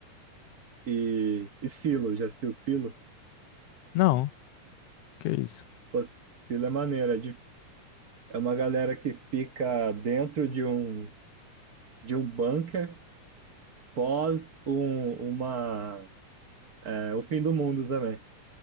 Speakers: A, on the right; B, on the left.
A: E, e Silo, já assistiu Silo?
B: Não, que isso?
A: Pô, Silo é maneiro, é, de- é uma galera que fica dentro de um, de um bunker pós um, uma, é, o fim do mundo também.